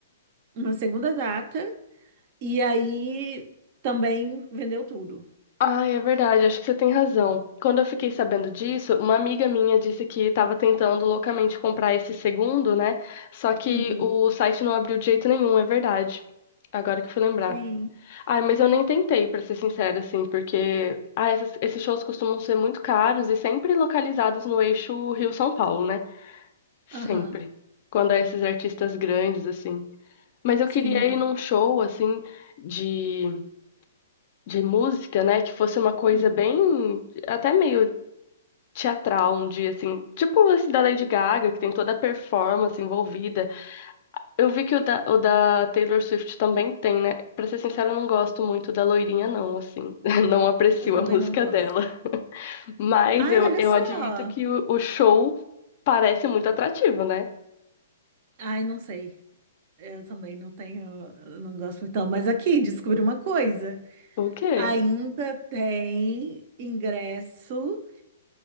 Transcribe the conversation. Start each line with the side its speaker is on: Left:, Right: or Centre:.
Right: uma segunda data, e aí também vendeu tudo.
Left: Ai, é verdade, acho que você tem razão. Quando eu fiquei sabendo disso, uma amiga minha disse que estava tentando loucamente comprar esse segundo, né? Só que
Right: Uhum.
Left: o site não abriu de jeito nenhum, é verdade. Agora que eu fui lembrar.
Right: Sim.
Left: Ai, mas eu nem tentei, pra ser sincera, assim, porque ah, essas- esses shows costumam ser muito caros e sempre localizados no eixo Rio-São Paulo, né? Sempre.
Right: Aham.
Left: Quando é esses artistas grandes, assim. Mas eu
Right: Sim.
Left: queria ir num show, assim, de, de música, né? Que fosse uma coisa
Right: Uhum.
Left: bem, até meio teatral um dia, assim. Tipo esse da Lady Gaga, que tem toda a performance envolvida. Eu vi que o da, o da Taylor Swift também tem, né? Pra ser sincera, eu não gosto muito da loirinha, não, assim. <laughs> Não aprecio
Right: Eu também
Left: a música
Right: não gosto.
Left: dela. Mas
Right: Ai,
Left: eu,
Right: olha
Left: eu
Right: só.
Left: admito que o, o show parece muito atrativo, né?
Right: Ai, não sei. Eu também não tenho, eu não gosto então. Mas aqui, descobri uma coisa.
Left: O quê?
Right: Ainda tem ingresso